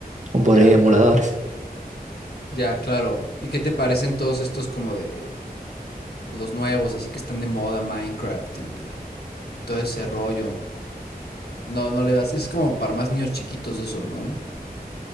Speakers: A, on the right; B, on the left.
A: o por
B: Ya,
A: ahí emuladores.
B: ya, claro. ¿Y qué te parecen todos estos como de, pues los nuevos, así que están de moda, Minecraft y, y todo ese rollo? No, no le das, es como para más niños chiquitos eso, ¿no?